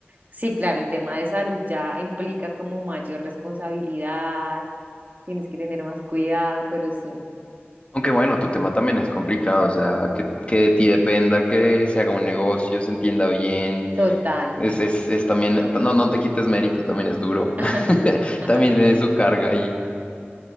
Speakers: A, on the right (about 40°); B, on the left (about 30°).
A: sí, claro, el tema de salud ya implica como mayor responsabilidad, tienes que tener más cuidado, pero sí,
B: Aunque bueno, tu tema también es complicado, o sea, que, que de ti dependa, que se haga un negocio, se entienda bien
A: total.
B: Es, es, es también, no, no te quites mérito, también es duro.
A: <laughs>
B: <laughs> También tiene su carga ahí.